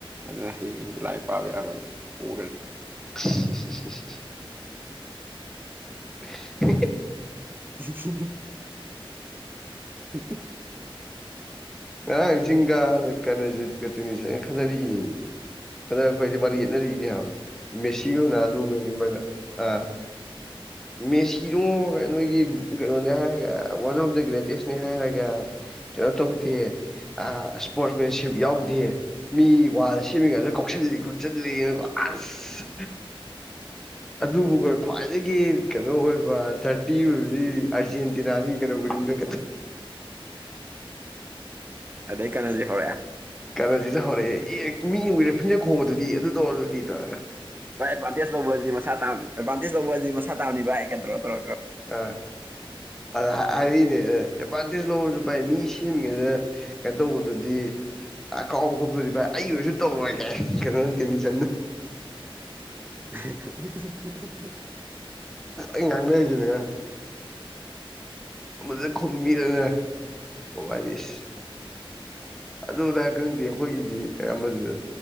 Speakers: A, on the right; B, in the centre.
A: ꯑꯗꯨꯅ ꯍꯌꯦꯡꯁ ꯂꯥꯏ ꯄꯥꯕ ꯌꯥꯔꯣꯏ ꯄꯨꯈ꯭ꯔ
B: <unintelligible> <unintelligible>
A: <unintelligible> ꯍ
B: ꯉꯔꯥꯡ ꯆꯤꯡꯒꯥ ꯀꯅꯖꯤꯠ ꯀꯇꯅꯤ ꯈꯟꯖꯗꯤ ꯏꯅꯦꯅꯤ ꯆꯠꯅꯔꯛꯄ ꯍꯥꯏꯁꯦ ꯃꯥ ꯌꯦꯠꯅꯔꯤꯅꯦ ꯍꯥꯏꯕ ꯃꯦꯁꯤꯒꯅ ꯑꯗꯨꯒꯒꯤ ꯃꯔꯛꯇ ꯑꯥ ꯃꯦꯁꯤꯅꯣ ꯅꯣꯏꯒꯤ ꯀꯩꯅꯣꯅꯦ ꯍꯥꯏꯔꯒ ꯋꯥꯟ ꯑꯣꯐ ꯗ ꯒ꯭ꯔꯦꯇꯦꯁꯅꯦ ꯍꯥꯏꯔꯒ ꯀꯩꯅꯣ ꯇꯧꯗꯦ ꯏꯁꯄꯣꯔꯠꯁꯃꯦꯟꯁꯤꯞ ꯌꯥꯎꯗꯦ ꯃꯤ ꯋꯥ ꯁꯦꯝꯃꯤ ꯀꯥꯏꯗ ꯀꯧꯁꯤꯜꯂꯤ ꯈꯣꯠꯆꯜꯂꯤꯅꯀꯣ ꯑꯁ ꯑꯗꯨꯕꯨ ꯈ꯭ꯋꯥꯏꯗꯒꯤ ꯀꯩꯅꯣ ꯑꯣꯏꯕ ꯊꯥꯔꯇꯤ ꯑꯣꯏꯕꯗꯤ ꯑꯥꯔꯖꯦꯟꯇꯤꯅꯥꯅꯤ ꯀꯩꯅꯣ ꯈꯨꯗꯤꯡꯗ
A: ꯑꯗꯨꯗꯩ ꯀꯅꯁꯤ ꯍꯔ
B: ꯀꯩꯅꯣꯁꯤꯗ ꯍꯧꯔꯛꯑꯦ ꯑꯦ ꯃꯤꯅ ꯎꯨꯏꯔꯦ ꯐꯤꯅ ꯈꯣꯡꯕꯗꯨꯗꯤ ꯑꯗꯨ ꯇꯧꯔ ꯑꯗꯨꯗꯤ ꯇꯥꯔꯒ
A: ꯍꯣꯏ ꯑꯦꯗꯚꯥꯟꯇꯦꯖ ꯂꯧꯕꯗꯤꯁꯥ ꯇ ꯑꯦꯗꯚꯥꯟꯇꯦꯖ ꯂꯧꯕꯁꯤꯗꯤ ꯃꯁ ꯇꯝꯅꯤ ꯚꯥꯏ ꯀꯗ꯭ꯔꯣ ꯇꯧꯔ꯭ꯔꯣ
B: ꯑ ꯑ ꯍꯥꯏꯛꯅꯦ ꯑꯦꯗꯚꯥꯟꯇꯦꯖ ꯂꯧꯔꯁꯨ ꯚꯥꯏ ꯃꯤ ꯁꯦꯝꯃꯤꯉꯩꯗ ꯀꯩꯅꯣ ꯇꯧꯕꯗꯨꯗꯤ ꯑ ꯀꯥꯎꯕ ꯈꯣꯠꯄꯗꯤ ꯚꯥꯏ ꯑꯩ ꯑꯣꯏꯔꯁꯨ ꯇꯧꯔꯣꯏ ꯀꯥꯏ ꯀꯩꯅꯣ ꯇꯦꯟꯃꯤꯁꯟ
A: <unintelligible>
B: ꯏꯅꯤꯉ ꯑꯃꯗ ꯈꯨꯝꯕꯤꯔꯅ ꯃꯃꯥꯏꯅꯤꯁ ꯑꯗꯨꯗꯥ ꯈꯪꯗꯦ ꯑꯩꯈꯣꯏꯒꯤꯗꯤ ꯑꯃꯗꯨꯗ